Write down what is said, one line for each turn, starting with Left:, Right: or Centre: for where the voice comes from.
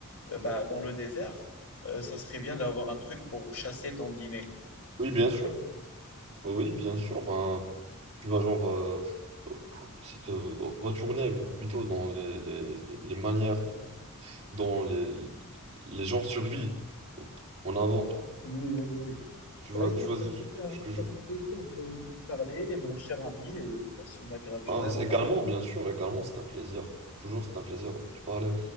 Left: euh, bah, dans le désert, euh, ça serait bien d'avoir un truc pour chasser ton dîner.
Right: Oui,
Left: Tu
Right: bien
Left: confirmes?
Right: sûr. Oui, bien sûr. Ben, tu vas genre euh, se te retourner plutôt dans les, les, les manières, de- dont les, les gens survivent en avant.
Left: Oui, oui, oui.
Right: Tu
Left: Bah
Right: vois,
Left: écoute,
Right: tu vois
Left: euh, c'était un,
Right: ce
Left: c'était
Right: que je,
Left: un plaisir de, de te parler, mon cher ami, et passe une agréable journée.
Right: Ah,
Left: Au
Right: c'est-
Left: revoir.
Right: également, bien sûr, également, c'est un plaisir. Toujours, c'est un plaisir de te parler.